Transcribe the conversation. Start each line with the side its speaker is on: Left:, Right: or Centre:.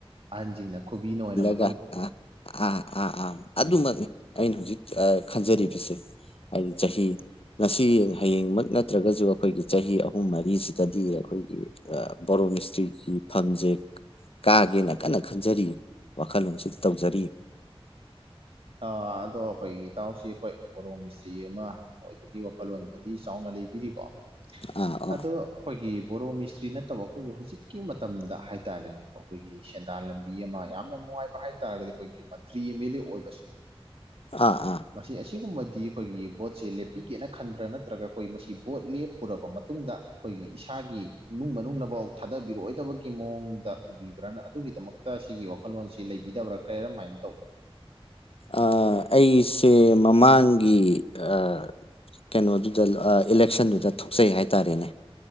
Right: ꯑꯍꯟꯖꯤꯡꯅ ꯈꯨꯕꯤꯅ ꯑꯣꯏꯅ ꯃ
Left: ꯌꯥ ꯑꯥ ꯑꯥ ꯑꯥ ꯑꯥ
Right: ꯎꯝ
Left: ꯑꯗꯨꯃꯛꯅꯤ ꯑꯩꯅ ꯍꯨꯖꯤꯛ ꯑ ꯈꯟꯖꯔꯤꯕꯁꯦ ꯑꯩ ꯆꯍꯤ ꯉꯁꯤ ꯍꯌꯦꯡꯃꯛ ꯅꯠꯇ꯭ꯔꯒꯖꯨ ꯑꯈꯣꯏꯒꯤ ꯆꯍꯤ ꯑꯍꯨꯝ ꯃꯔꯤꯁꯤꯗꯗꯤ ꯑꯈꯣꯏꯒꯤ ꯑ ꯕꯣꯔꯣ ꯃꯤꯁꯇ꯭ꯔꯤꯒꯤ ꯐꯝꯖꯦ ꯀꯥꯒꯦꯅ ꯀꯟꯅ ꯈꯟꯖꯔꯤꯌꯦ ꯋꯥꯈꯜꯂꯣꯟꯁꯤꯗ ꯇꯧꯖꯔꯤꯌꯦ
Right: ꯑ ꯑꯗꯣ ꯑꯈꯣꯏꯒꯤ ꯏꯇꯥꯎꯁꯤ ꯑꯈꯣꯏ ꯕꯣꯔꯣ ꯃꯤꯁꯇ꯭ꯔꯤ ꯑꯃ ꯑꯣꯏꯕꯒꯤ ꯋꯥꯈꯜꯂꯣꯟꯕꯨꯗꯤ ꯆꯥꯎꯅ ꯂꯩꯕꯤꯔꯤꯀꯣ
Left: ꯑꯥ ꯑꯥ
Right: ꯑꯗꯣ ꯑꯈꯣꯏꯒꯤ ꯕꯣꯔꯣ ꯃꯤꯁꯇ꯭ꯔꯤ ꯅꯠꯇꯕ ꯑꯈꯣꯏꯒꯤ ꯍꯨꯖꯤꯛꯀꯤ ꯃꯇꯝꯗ ꯍꯥꯏꯇꯥꯔꯦꯅꯦꯀꯣ ꯑꯈꯣꯏꯒꯤ ꯁꯦꯟꯗꯥꯟ ꯂꯝꯕꯤ ꯑꯃ ꯌꯥꯝꯅ ꯅꯨꯡꯉꯥꯏꯕ ꯍꯥꯏꯇꯥꯥꯔꯒꯗꯤ ꯑꯈꯣꯏꯒꯤ ꯃꯟꯇ꯭ꯔꯤ ꯑꯦꯝ ꯑꯦꯜ ꯑꯦ ꯑꯣꯏꯕꯁꯦ
Left: ꯑꯥ ꯑꯥ
Right: ꯃꯁꯤ ꯑꯁꯤꯒꯨꯝꯕꯗꯤ ꯑꯈꯣꯏꯒꯤ ꯚꯣꯠꯁꯦ ꯂꯦꯞꯄꯤꯒꯦꯅ ꯈꯟꯕ꯭ꯔꯥ ꯅꯠꯇ꯭ꯔꯒ ꯑꯈꯣꯏ ꯃꯁꯤ ꯚꯣꯠ ꯂꯦꯞꯄꯨꯔꯕ ꯃꯇꯨꯡꯗ ꯑꯈꯣꯏꯒꯤ ꯏꯁꯥꯒꯤ ꯏꯃꯨꯡ ꯃꯅꯨꯡꯅꯕꯣꯛ ꯊꯥꯗꯕꯤꯔꯛꯑꯣꯏꯗꯕꯒꯤ ꯃꯋꯣꯡꯗ ꯎꯕꯤꯕ꯭ꯔꯥꯅ ꯑꯗꯨꯒꯤꯗꯃꯛ ꯇ ꯁꯤꯒꯤ ꯋꯥꯈꯜꯂꯣꯟꯁꯤ ꯂꯩꯕꯤꯗꯕ꯭ꯔꯥ ꯀꯔꯝꯃꯥꯏꯟ ꯇꯧ
Left: ꯑ ꯑꯩꯁꯦ ꯃꯃꯥꯡꯒꯤ ꯑ ꯀꯩꯅꯣꯗꯨꯗ ꯑ ꯏꯂꯦꯛꯁꯟꯗꯨꯗ ꯊꯣꯛꯆꯩ ꯍꯥꯏꯇꯥꯔꯦꯅꯦ